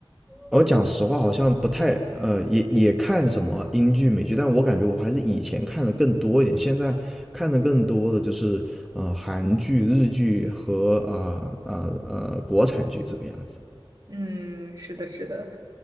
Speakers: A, in the centre; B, on the right.
A: 我讲实话，好像不太呃，也也看什么英剧、美剧，但我感觉我还是以前看的更多一点，现在看的更多的就是呃韩剧、日剧和啊啊呃呃国产剧这个样子。
B: 嗯，是的，是的，